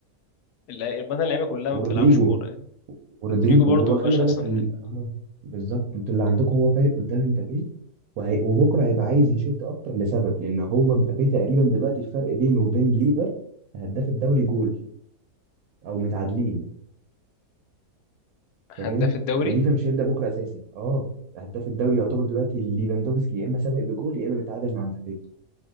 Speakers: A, on the left; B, on the right.
A: اللع- مثلا اللعيبه كلها
B: ورودريجو
A: ما بتلعبش كوره يعني
B: ورودريجو
A: رودريجو برضه
B: هو
A: ما
B: خلي
A: بقاش
B: بالك
A: احسن
B: ال...
A: حاجه
B: آه، بالظبط انتوا اللي عندكم هو فايق قدام امبابي وهي... وبكره هيبقى عايز يشد اكتر لسبب لان هو امبابي تقريبا دلوقتي الفرق بينه وبين ليفا هداف الدوري جول او متعادلين
A: هداف
B: فاهم
A: الدوري
B: وليفا مش هيبدا بكره اساسي اه هداف الدوري يعتبر دلوقتي ليفاندوفسكي يا اما سابق بجول يا اما متعادل مع مبابي